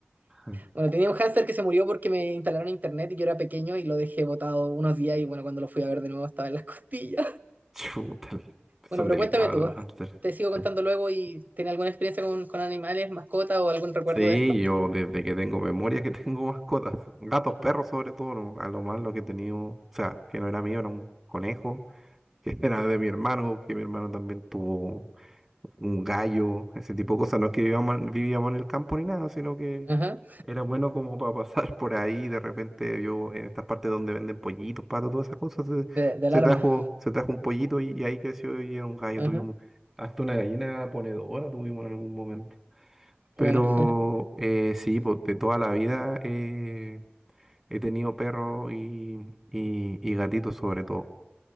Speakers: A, in the centre; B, on the right.
A: Ah.
B: Bueno, tenía un hámster que se murió porque me instalaron internet y yo era pequeño y lo dejé botado unos días y bueno, cuando lo fui a ver de nuevo estaba en las <laughs> costillas.
A: <laughs> Chuta, son
B: Bueno, pero
A: delicados
B: cuéntame tú,
A: los hámsters.
B: te sigo contando
A: Sí,
B: luego y ¿tienes alguna experiencia con, con animales, mascotas o algún recuerdo
A: Sí,
B: de esto?
A: yo <laughs> desde que tengo memoria que tengo mascotas, <laughs> gatos, perros sobre todo, no- a lo más lo que he tenido, o sea, que no era mío, era un conejo, que era de mi hermano, que mi hermano también tuvo un gallo, ese tipo de cosas. No es que vivíamos, vivíamos en el campo ni nada, sino que
B: Ajá,
A: era bueno como <laughs> para pasar por ahí. De repente yo en estas partes donde venden pollitos, patos, todas esas cosas, se,
B: de, de
A: se
B: alarma.
A: trajo, se trajo un pollito y, y ahí creció y era un gallo.
B: Ajá,
A: Tuvimos hasta una gallina ponedora tuvimos en algún momento. Pero
B: bueno. <laughs>
A: eh, sí, pues, de toda la vida eh, he tenido perros y, y, y gatitos sobre todo.